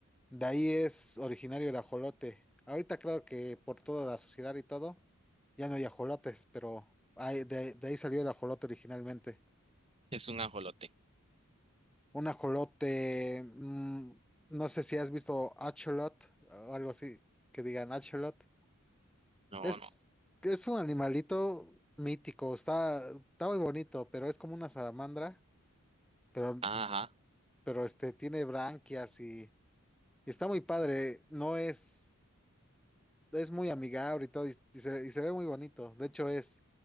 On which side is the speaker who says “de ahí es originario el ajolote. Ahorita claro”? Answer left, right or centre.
Centre